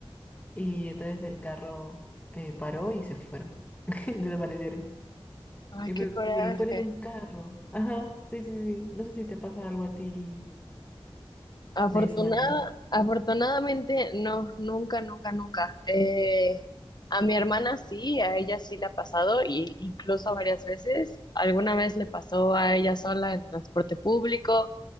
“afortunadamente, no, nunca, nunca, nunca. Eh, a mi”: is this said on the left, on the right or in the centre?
Left